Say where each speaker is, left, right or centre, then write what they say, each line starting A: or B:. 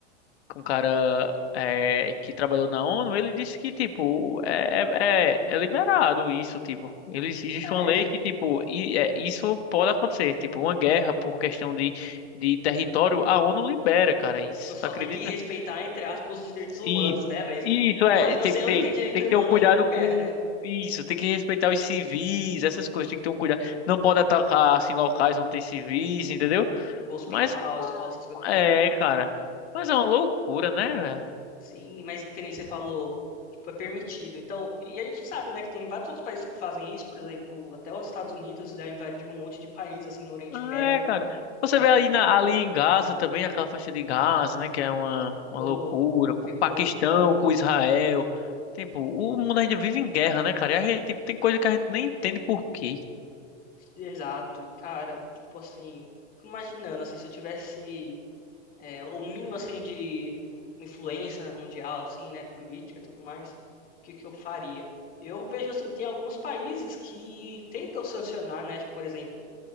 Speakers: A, on the left; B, on the left.
A: com um cara é, que trabalhou na ONU, ele disse que, tipo, é, é, é é liberado isso, tipo. Eles, existe
B: É,
A: uma lei que, tipo, e, é, isso pode acontecer. Tipo, uma guerra por questão de, de território, a ONU libera, cara, isso.
B: Você
A: Tu
B: só
A: acredita?
B: tem que respeitar, entre aspas, os direitos humanos,
A: E
B: né? Mas
A: e isso é,
B: uma, não
A: tem,
B: sei
A: tem,
B: onde tem direito
A: tem que
B: humano
A: ter um cuidado
B: em uma guerra,
A: com...
B: né?
A: Isso, tem que respeitar os civis, essas coisas, tem que ter um cuidado. Não pode atacar, assim, locais onde tem civis, entendeu?
B: Tipo, hospital,
A: Mas,
B: escola, essas coisas não
A: é,
B: pode atacar.
A: cara, mas é uma loucura, né? velho?
B: Sim, mas que nem você falou, tipo, é permitido. Então, e a gente sabe, né, que tem vários outros países que fazem isso, por exemplo, até os Estados Unidos já invadiu um monte de país, assim, no Oriente
A: Ah,
B: Médio.
A: É, cara. Você
B: É,
A: vê ali, na- ali em Gaza também, aquela faixa de Gaza, né? Que é uma, uma
B: pô,
A: loucura.
B: eu fico.
A: O Paquistão com Israel. Tipo, o mundo ainda vive em guerra, né, cara? E a gente, tipo, tem coisa que a gente nem entende por quê.
B: Exato, e cara, tipo assim, fico imaginando, assim, se eu tivesse é, o mínimo assim de tipo, influência mundial assim, né, política e tudo mais, o que que eu faria? Eu vejo assim, tem alguns países que tentam sancionar, né, tipo, por exemplo,